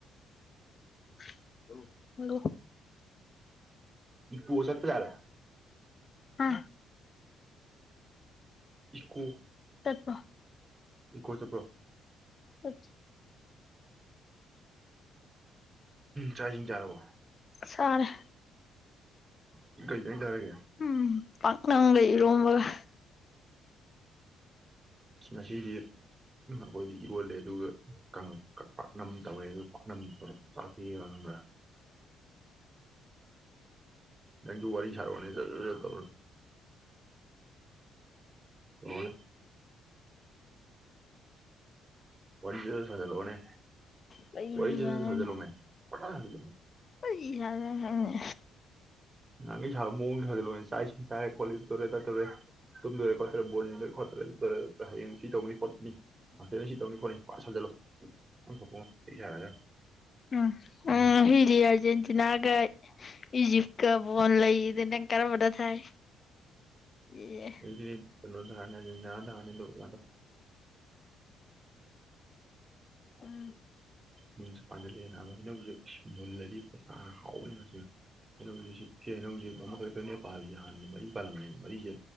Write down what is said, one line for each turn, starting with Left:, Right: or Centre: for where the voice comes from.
Left: ꯍꯜ ꯂꯣ ꯍꯜꯂꯣ
Right: ꯏꯀꯣ ꯆꯠꯄ ꯌꯥꯔꯦ
Left: ꯑꯥ
Right: ꯢ ꯀꯣ
Left: INAUDIBLE
Right: ꯏꯀꯣꯆꯠꯄ꯭ꯔꯣ
Left: UNINTELLIGIBLE
Right: ꯆꯥꯛ ꯏꯁꯤꯡ ꯆꯥꯔꯕꯣ
Left: ꯁꯥꯔꯦ
Right: ꯀꯩ ꯏꯟꯖꯥꯡ ꯆꯥꯔꯒꯦ
Left: ꯎꯝ ꯄꯥꯛꯅꯝꯒꯥ ꯏꯔꯣꯝꯕꯒ
Right: ꯑꯥꯁꯉꯁꯤꯗꯤ ꯑꯩꯈꯣꯏꯗꯤ ꯏꯔꯣꯜꯂꯦ ꯑꯗꯨꯒ ꯀꯪꯀꯪ ꯄꯥꯛꯅꯝ ꯇꯧꯋꯦ ꯑꯗꯨꯒ ꯎꯍꯋꯊꯈꯉ ꯄꯥꯛꯅꯝꯇꯧꯔ ꯆꯄꯤꯌꯦ ꯈꯪꯕ꯭ꯔ ꯅꯪꯖꯨ ꯋꯥꯔꯤ ꯁꯥꯔꯛꯑꯣꯅꯦ ꯖꯔꯔ ꯇꯧꯔ INAUDIBLE ꯋꯥꯔꯤ ꯖꯔꯔ ꯁꯥꯖꯤꯜꯂꯛꯑꯣꯅꯦ
Left: ꯀꯩꯕꯨ
Right: ꯋꯥꯔꯤ ꯖꯔꯖꯔ
Left: ꯆꯥꯗꯣꯏꯅꯣ
Right: ꯁꯥꯖꯤꯜꯂꯣꯃꯦ ꯄꯪꯁꯥ ꯁꯥꯖꯜꯂꯣ
Left: ꯀꯩ ꯆꯥꯗꯣꯏꯅꯣ ꯈꯪꯗꯦ
Right: ꯅꯍꯥꯟꯒꯩ ꯁꯥꯕ ꯃꯑꯣꯡꯗ ꯁꯥꯖꯜꯂꯣꯅꯦ ꯆꯥꯛ- ꯏꯁꯤꯡ ꯆꯥꯔꯦ- ꯈꯣꯠꯂꯦ ꯑꯗꯨ ꯇꯧꯔꯦ- ꯑꯗꯥ ꯇꯧꯔꯦ ꯇꯨꯝꯗꯣꯔꯦ- ꯈꯣꯠꯇꯣꯔꯦ ꯕꯣꯜ ꯌꯦꯡꯗꯣꯔꯦ-ꯈꯣꯠꯇꯣꯔꯦ ꯑꯗꯨ ꯇꯧꯔꯦ ꯑꯗꯨ ꯇꯧꯔꯦ ꯍꯌꯦꯡ ꯁꯤ ꯇꯧꯅꯤ ꯈꯣꯠꯀꯅꯤ ꯍꯪꯆꯤꯠꯅ ꯁꯤ ꯇꯧꯒꯅꯤ-ꯈꯣꯠꯀꯅꯤ ꯄꯪꯁꯥ ꯖꯜꯂꯣ ꯅꯪ ꯊꯣꯛꯄꯃ ꯑꯩ ꯁꯥꯔꯒ
Left: ꯎꯪ ꯑꯥ
Right: ꯎꯝ
Left: ꯉꯁꯤꯗꯤ ꯑꯥꯔꯖꯦꯟꯇꯤꯅꯥꯒ ꯏꯖꯤꯞ ꯀ ꯥ ꯕꯣꯜ ꯂꯩꯕꯗ ꯅꯪ ꯀꯔꯝꯕꯗ ꯊꯥꯏ ꯑꯦ
Right: UNINTELLIGIBLE UNINTELLIGIBLE UNINTELLIGIBLE
Left: ꯎꯝ
Right: ꯃꯨꯟꯅꯖꯨ ꯄꯥꯟꯖꯤꯜꯂꯛꯑꯦ ꯍꯩꯅꯧꯖꯦ ꯃꯨꯜꯂꯗꯤ ꯍꯥꯎꯔꯅꯤꯁꯤ ꯍꯩꯅꯧꯖꯤ ꯁꯤ ꯍꯩꯅꯧꯖꯤ ꯑꯃꯈꯛꯇꯪꯒ ꯄꯥꯜꯂꯤꯖꯦ ꯍꯥꯟꯅꯗꯤ ꯃꯔꯤ ꯄꯥꯜꯂꯝꯕꯅꯦ ꯃꯔꯤꯖꯦ